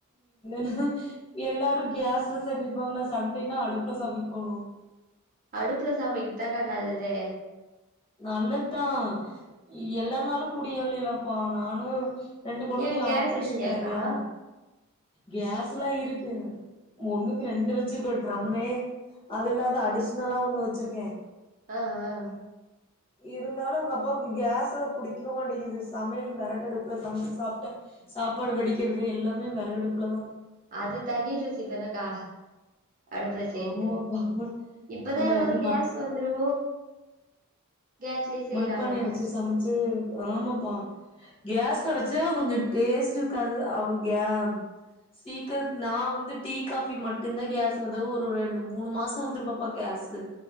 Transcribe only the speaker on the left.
<unintelligible> எல்லாரும் கேஸ்சுல சமைப்பாங்க நான் சண்டைனா அடுப்புல சமைக்கணும்
நல்லதான் எல்லானாலும் முடியலைலப்பா நானும் ரெண்டு கொழந்தையும்
ஆப்ரேஷன்
வேறையா கேஸ் எல்லாம் இருக்கு ஒண்ணுக்கு ரெண்டு வச்சிருக்கே ட்ரம்மே அது இல்லாத அடிஷ்னலா ஒண்ணு வெச்சிருக்கேன்
இருந்தாலும் உங்க அப்பாவுக்கு கேஸ்ல பிடிக்க மாட்டேக்குது சமையல் விறகடுப்புல சமைச்சு சாப்பிட்டா சாப்பாடு வடிக்கிறது எல்லாமே விறகடுப்புலதான்
ஆமாவாப்பா
இந்த
அது
மண்பானையை வச்சு சமைச்சு ஆமாப்பா கேஸ்ல வச்ச கொஞ்சம் டேஸ்ட் இருக்காது அவ கே சீக்கிர நான் வந்து டீ காஃபி மட்டும்தான் கேஸ் அதாவது ஒரு ரெண்டு மூணு மாசம் வந்துருப்பாப்பா கேஸு